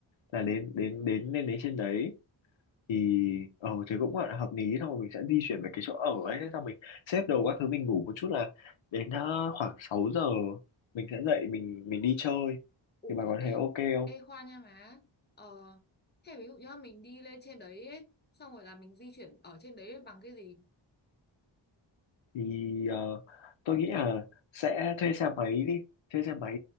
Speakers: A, on the left (about 70°); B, on the left (about 20°).
A: là đến đến đến lên đến trên đấy thì ờ thì cũng gọi là hợp lý thôi mình sẽ di chuyển về cái chỗ ở ấy thế xong mình xếp đồ các thứ mình ngủ một chút là đến ờ, khoảng 6 giờ mình sẽ dậy mình mình đi chơi
B: Ủa,
A: thì bà có
B: ê,
A: thấy ok không
B: ê Khoa nha má. Ờ, thế ví dụ nhá, mình đi lên trên đấy ấy, xong rồi là mình di chuyển ở trên đấy bằng cái gì?
A: thì ờ, tôi nghĩ là sẽ thuê xe máy đi thuê xe máy